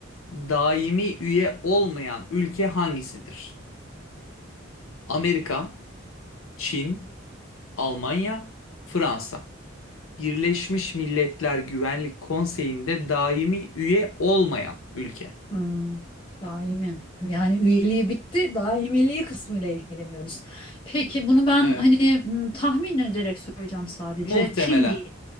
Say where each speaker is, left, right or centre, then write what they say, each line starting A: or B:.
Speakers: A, on the left; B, on the left.
A: daimi üye olmayan ülke hangisidir? Amerika, Çin, Almanya, Fransa. Birleşmiş Milletler Güvenlik Konseyi'nde daimi üye olmayan ülke.
B: Hmm, daimim. Yani üyeliği bitti. Daimiliği kısmıyla ilgileniyoruz. Peki bunu ben
A: Evet.
B: hani hmm, tahmin ederek söyleyeceğim sadece.
A: Muhtemelen
B: Çin değil.